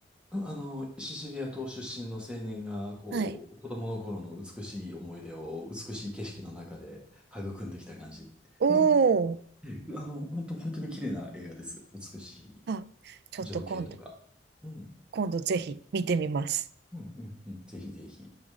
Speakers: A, in the centre; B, on the right (about 60°).
A: うんあの、シチリア島出身の青年が、こう、
B: はい。
A: 子供の頃の美しい思い出を美しい景色の中で育んできた感じの、
B: おー。
A: ええあの、本当本当に綺麗な映画です。美しい
B: あ、ちょっと今度、
A: 情景とか。うん。
B: 今度ぜひ見てみます。
A: うん、うん、うん。ぜひぜひ。